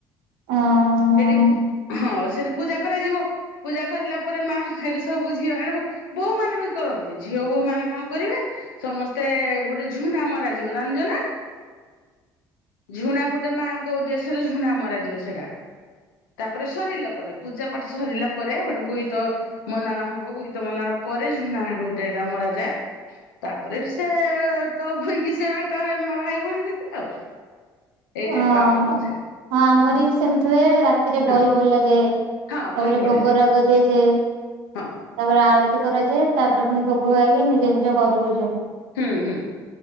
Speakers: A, on the right; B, on the left.
A: ଅଁ
B: ସେଇଠି ହଁ ସେଇଠି ପୂଜା କରାଯିବ ପୂଜା କରିଲା ପରେ ମାଆ ହେଇଠୁ ସବୁ ଝିଅ ଆରେ ବୋହୁ ମାନେ ବି କରନ୍ତି ଝିଅ ବୋହୁ ମାନେ କଣ କରିବେ ସମସ୍ତେ ଗୋଟେ ଝୁଣା ମରାଜିବ। ଜାଣିଚ ନା? ଝୁଣା ଗୋଟେ ମାଙ୍କ ଉଦ୍ୟଶରେ ଝୁଣା ମରାଯିବ ସେଟା। ତାପରେ ସରିଲା ପରେ ପୂଜା ପାଠ ସରିଲା ପରେ ହେଇଟୁ ବୋଇତ ମନ୍ଦାଣ ହବ ବୋଇତ ମନ୍ଦାଣ ପରେ ଝୁଣା ଗୋଟେ ମରା ଯାଏ। ତାପରେ ସେ ତପୋଇକି ସେ ଭେଟ ହେବେ ଭାଇ ଭୋଉଣୀ ଭିତରେ ଆଉ।
A: <inaudible>
B: ଏଇ
A: ଓହୋ
B: ଟାଇପ୍ ର ଆମର
A: ହଁ
B: ପୂଜା
A: ଆମର ବି ସେମିତି ହୁଏ ରାତିରେ
B: ହଁ
A: ବହି ବୋଲା ଯାଏ। ତାପରେ
B: ହଁ ବହି ପଡେଯିବ
A: ଭୋଗ ରାଗ ଦିଆଯାଏ।
B: ହଁ
A: ତାପରେ ଆଳତି କରାଯାଏ ତାପରେ ପୁଣି ଭୋଗ ହୋଇକି ନିଜେ ନିଜ ଘରକୁ ଯାଉ।
B: ହୁଁ ହୁଁ।